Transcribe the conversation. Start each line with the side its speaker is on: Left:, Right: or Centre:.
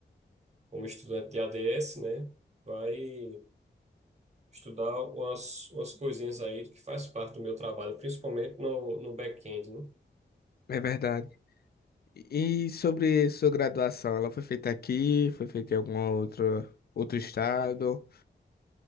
Right: como estudante de ADS, né, vai estudar umas, umas coisinhas aí que faz parte do meu trabalho, principalmente no, no back-end, né?
Left: É verdade. E sobre sua graduação, ela foi feita aqui, foi feita em algum outro outro estado?